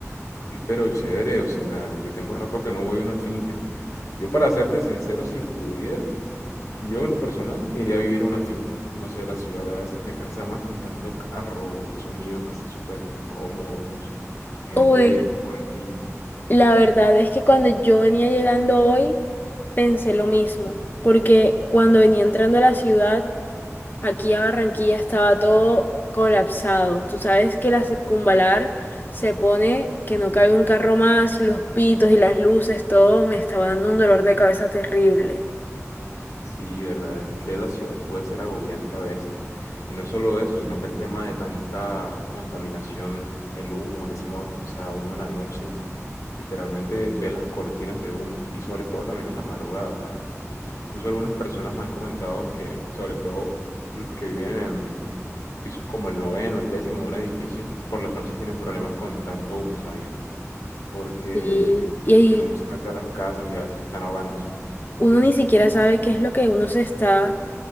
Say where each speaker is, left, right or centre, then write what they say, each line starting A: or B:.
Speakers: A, on the left; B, on the left.
A: Uy, Pero chévere, o sea, yo tengo rato que no voy a una finca. Yo para serte sincero, si pudiera, yo en lo personal me iría a vivir a una finca. No sé, la ciudad a veces me cansa más con tanto carro, sonidos así súper incómodos, gente
B: Uy,
A: por ahí.
B: la verdad es que cuando yo venía llegando hoy, pensé lo mismo, porque cuando venía entrando a la ciudad, Aquí a Barranquilla estaba todo colapsado. Tú sabes que la circunvalar se pone que no cabe un carro más y los pitos y las luces, todo me estaba dando un dolor de cabeza terrible.
A: Sí, verdad, es que la ciudad puede ser agobiante a veces. Y no solo eso, sino que el tema de tanta contaminación, el humo, el smog, o sea, uno en la noche literalmente ve las cortinas de humo y sobre todo también en la madrugada, ¿sabes? Incluso algunas personas me han comentado que, sobre todo los que viven en pisos como el noveno, el décimo de un edificio, por las noches tienen problemas con tanto humo, ¿sabías? Porque
B: Y, y
A: el humo se mete a las casas y a veces están ahogándose.
B: uno ni siquiera sabe qué es lo que uno se está